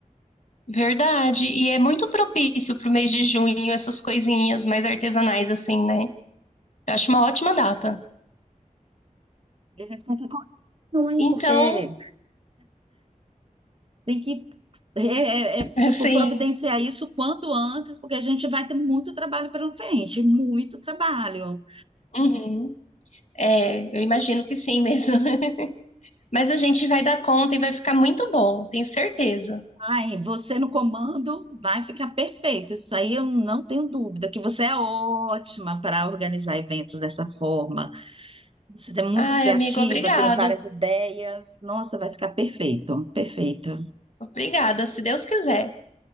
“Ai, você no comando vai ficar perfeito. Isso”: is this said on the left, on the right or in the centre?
Right